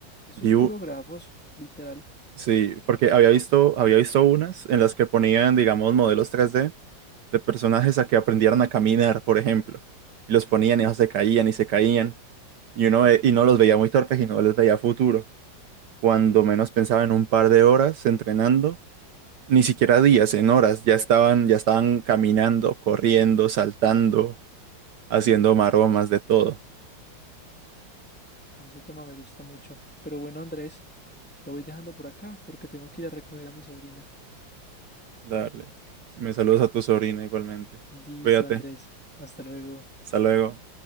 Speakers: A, in the centre; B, on the right (about 65°).
A: Eso
B: View,
A: es puro grafos, literal.
B: sí, porque había visto, había visto unas en las que ponían, digamos, modelos tres d de personajes a que aprendieran a caminar, por ejemplo. Y los ponían y ellos se caían y se caían. Y uno, ve- y no los veía muy torpes y no les veía futuro. Cuando menos pensaba en un par de horas entrenando, ni siquiera días, en horas, ya estaban, ya estaban caminando, corriendo, saltando, haciendo maromas, de todo.
A: A mí ese tema me gusta mucho. Pero bueno, Andrés. Lo voy dejando por acá porque tengo que ir a recoger a mi sobrina.
B: Dale. Me saludas a tu sobrina igualmente.
A: Listo,
B: Cuídate.
A: Andrés. Hasta luego.
B: Hasta luego.